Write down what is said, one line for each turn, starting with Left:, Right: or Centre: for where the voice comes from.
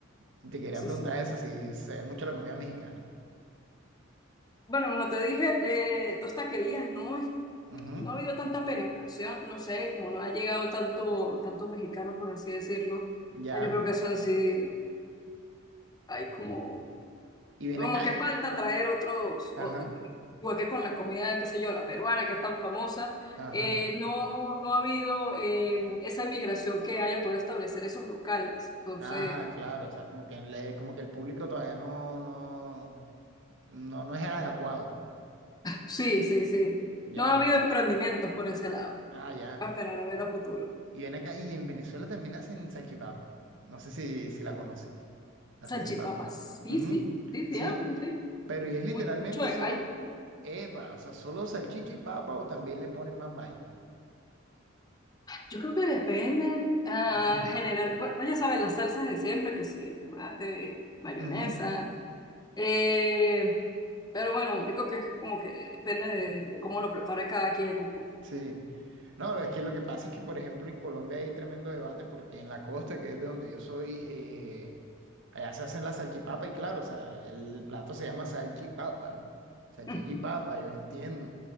Right: te quería
Left: Sí,
Right: preguntar
Left: sí.
Right: eso, si se ve mucho la comida mexicana.
Left: Bueno, como te dije, eh, dos taquerías no, es-
Right: Ujú,
Left: no ha habido tanta penetración, no sé, como no ha llegado tanto, tanto mexicano, por así decirlo.
Right: Ya.
Left: Ah, yo creo que eso han sido, hay como
Right: Y ven
Left: Como
Right: acá.
Left: que falta traer otros,
Right: Ajá,
Left: o- igual que con la comida, qué sé yo, la peruana, que es tan famosa,
Right: ajá.
Left: eh, no, no ha habido eh, esa migración que haya podido establecer esos locales. Entonces,
Right: Ah, claro, o sea, como que, le- como que el público todavía no, no, no, no es el adecuado.
Left: sí, sí, sí.
Right: Ya,
Left: No ha habido emprendimientos por ese lado.
Right: ah, ya.
Left: Va a esperar a ver a futuro.
Right: Y ven acá, y en Venezuela también hacen salchipapa. No sé si, si la conoce, la
Left: Salchipapas,
Right: salchipapa.
Left: sí,
Right: Ujú,
Left: sí, sí,
Right: Sí,
Left: sí hacen, sí.
Right: pero y es literalmente
Left: Mu- mucho de
Right: solo,
Left: calle también.
Right: epa, o sea, solo salchicha y papa o también le ponen más vaina.
Left: Yo creo que depende, ah,
Right: Ujú,
Left: general, pues, pues ya sabes, las salsas de siempre, que sí, tomate, mayonesa.
Right: ujú.
Left: Eh, pero bueno, yo creo que es como que depende de, de cómo lo prepare cada quien un poco.
Right: Sí. No, es que lo que pasa es que, por ejemplo, en Colombia hay tremendo debate porque en la costa, que es de donde yo soy, eh, allá se hacen la salchipapa y claro, o sea, el plato se llama salchipapa, ¿no? Salchicha
Left: <laughs>
Right: y papa, yo entiendo.